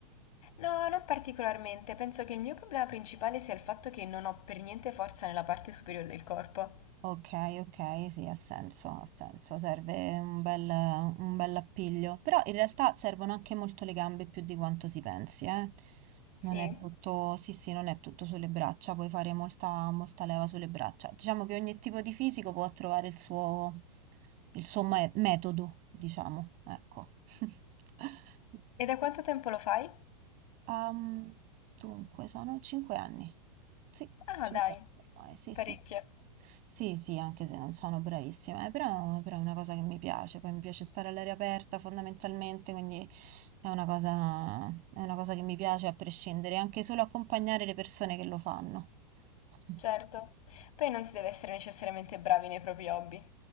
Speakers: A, on the left (about 60°); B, on the right (about 40°).
A: No, non particolarmente. Penso che il mio problema principale sia il fatto che non ho per niente forza nella parte superiore del corpo.
B: Ok, ok, sì, ha senso, ha senso, serve un bel, un bel appiglio, però in realtà servono anche molto le gambe più di quanto si pensi, eh.
A: Sì.
B: Non è tutto, sì, sì, non è tutto sulle braccia, puoi fare molta, molta leva sulle braccia. Diciamo che ogni tipo di fisico può trovare il suo, il suo me- metodo, diciamo, ecco. <laughs>
A: E da quanto tempo lo fai?
B: Ehm, dunque, sono cinque anni. Sì,
A: Ah,
B: 5
A: dai,
B: anni ormai, sì, sì.
A: parecchio.
B: Sì, sì, anche se non sono bravissima, eh, però, però è una cosa che mi piace, poi mi piace stare all'aria aperta fondamentalmente, quindi è una cosa, è una cosa che mi piace a prescindere, anche solo accompagnare le persone che lo fanno. <laughs>
A: Certo. Poi non si deve essere necessariamente bravi nei propri hobby.